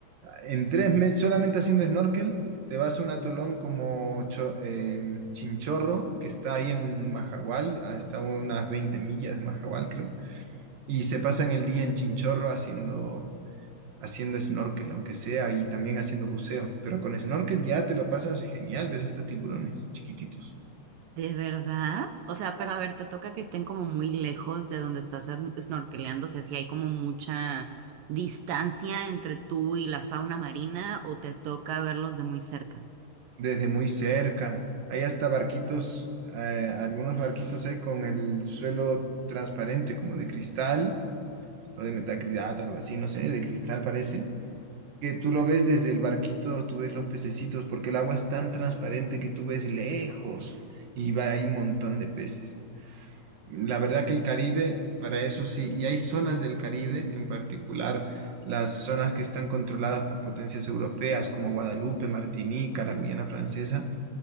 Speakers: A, on the right (about 60°); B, on the right (about 70°).
A: En tres meses, solamente haciendo snorkel, te vas a un atolón como Cho- eh, Chinchorro, que está ahí en Majagual, hasta unas 20 millas de Majagual, creo, y se pasan el día en Chinchorro haciendo haciendo snorkel, aunque sea, y también haciendo buceo. Pero con snorkel ya te lo pasas genial, ves hasta tiburones chiquititos,
B: de verdad? O sea, pero a ver, te toca que estén como muy lejos de donde estás en- snorkeleando, o sea, si hay como mucha distancia entre tú y la fauna marina, o te toca verlos de muy cerca.
A: desde muy cerca. Hay hasta barquitos, eh, algunos barquitos hay con el suelo transparente, como de cristal o de metacrilato, algo así, no sé, de cristal parece. Que tú lo ves desde el barquito, tú ves los pececitos, porque el agua es tan transparente que tú ves lejos y va ahí un montón de peces. La verdad que el Caribe, para eso sí, y hay zonas del Caribe, en particular las zonas que están controladas por potencias europeas como Guadalupe, Martinica, la Guyana Francesa,